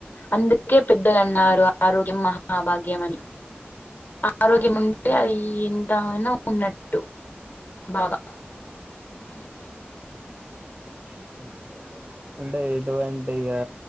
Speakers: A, on the left; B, on the right.
A: అందుకే పెద్దలన్నారు ఆరోగ్యం మహాభాగ్యం అని
B: <inaudible>
A: ఆరోగ్యం ఉంటే అది ఎంతయినా ఉన్నట్టు బాగా ఆ
B: <inaudible> అంటే ఎటువంటిగా